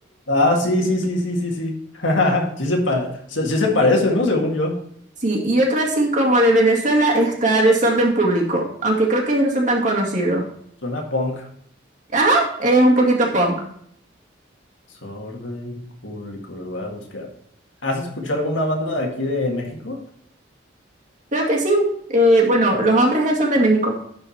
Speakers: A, on the left; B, on the right.
A: Ah, sí, sí, sí, sí, sí, sí. <laughs> Sí se, pa- se- sí se parece, ¿no? Según yo.
B: Sí, y otro así como de Venezuela está Desorden Público, aunque creo que ellos no son tan conocidos.
A: Suena punk.
B: Ajá, es un poquito punk.
A: Desorden público, los voy a buscar. ¿Has escuchado alguna banda de aquí de México?
B: Creo que sí. Eh, bueno, los hombres son de México.